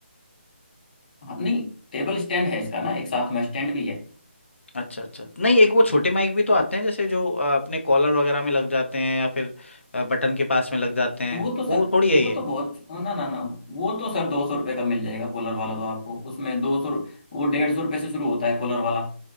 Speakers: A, on the left; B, on the left.
A: नहीं टेबल स्टैंड है इसका ना एक साथ में स्टैंड भी है
B: अच्छा अच्छा नहीं एक वो छोटे माइक भी तो आते हैं जैसे जो अ, अपने कॉलर वगैरह में लग जाते हैं या फिर अ, बटन के पास में लग जाते हैं
A: वो तो सर
B: वो थोड़ी है
A: वो
B: ये
A: तो बहुत ना ना ना वो तो सर दो सौ रुपये का मिल जाएगा कॉलर वाला तो आपको उसमें दो सौ वो डेढ़ सौ रुपये से शुरू होता है कॉलर वाला